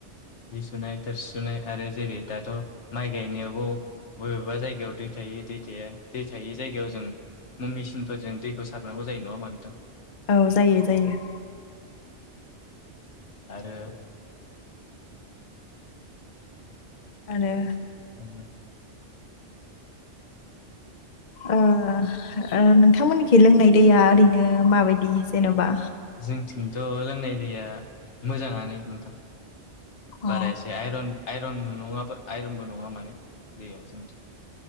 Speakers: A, on the left; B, on the left.
A: जि सुनाय थोरसि सुनाय आरो जेरै दाथ' माइ गायनायावबो बबेबा जायगायाव दै थायो दै थाया। दै थायै जायगायाव जों मुं मिसिनफोरजों दैखौ सारनांगौ जायो। नङा ओमबा नोंथां?
B: औ जायो जायो।
A: आरो
B: आरो
A: <unintelligible>
B: ओ ओ नोंथांमोनिखि लोंनाय दैया ओरैनो माबायदि जेनबा?
A: जोंथिंथ' लोंनाय दैया मोजाङानो नोंथां।
B: अ
A: बारा एसे आयरन आयरन नङाबोर आइरनबो नङा माने दैयाव जोंथि।